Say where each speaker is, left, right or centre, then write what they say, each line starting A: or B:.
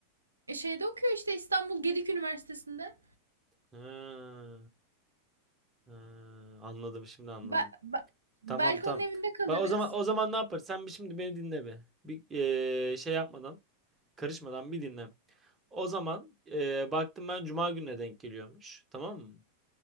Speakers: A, on the right (about 80°); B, on the right (about 20°).
A: E şeyde okuyor işte İstanbul Gedik Üniversitesi'nde.
B: Ha, ha, anladım şimdi anladım.
A: Be- be- belki
B: Tamam tamam.
A: onun evinde kalırız.
B: Bak o zaman o zaman ne yapar? Sen bir şimdi beni dinle be. Bir eee, şey yapmadan, karışmadan bir dinle. O zaman eee, baktım ben cuma gününe denk geliyormuş. Tamam mı?